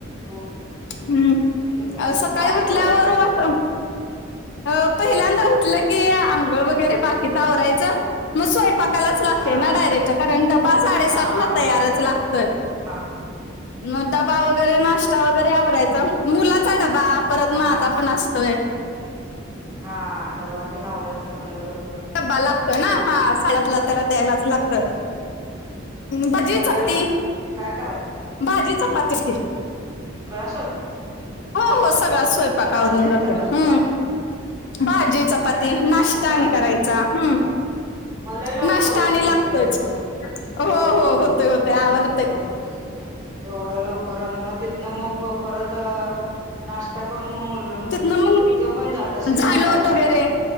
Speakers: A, on the right (about 15°); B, on the left (about 60°).
A: तू, म्हणजे
B: हम्म. अ, सकाळी
A: काय सुरुवात
B: उठल्यावर
A: करतेस.
B: वा- अ पहिल्यांदा उठलं की, आंघोळ वगैरे बाकीच आवरायचं, मग स्वयंपाक. कालाच लागते
A: हा
B: ना
A: हा
B: डायरेक्ट, कारण डबा साडेसातला
A: हा हा
B: तयारच लागतं.
A: हा.
B: मग डबा वगैरे नाश्ता वगैरे आवरायचा, मुलाचा डबा, परत
A: हा
B: माझ
A: हा
B: पण असतोय.
A: हा, डबा ते आवऱ्याच म्हटलं, लोक
B: ब्बा लागतो ना, हा सातला त्याला द्यायलाच लागत. भाजी
A: डब्याला
B: चपाती,
A: काय कराय
B: भाजी चपाती.
A: <unintelligible> सोत
B: हो हो सगळाच स्वयंपाक
A: भाजी
B: आवरून
A: आणि
B: जातोय,
A: चपाती
B: हम्म.
A: काय
B: भाजी चपाती,
A: होय
B: नाश्ता
A: मग भारी
B: आणि करायचा,
A: आहे की
B: हम्म.
A: मग लय लवकर
B: नष्टा
A: होतय
B: आणि लागतच,
A: की तरी पण
B: हो हो होतेय, होतेय,
A: होय
B: आवरतय.
A: तेवढं लवकर अन म तिथन म परत नाश्ता करून म मुल,
B: तिथनं मग
A: तो पण जात असेल
B: झाडलोट
A: शाळेला.
B: वगैरे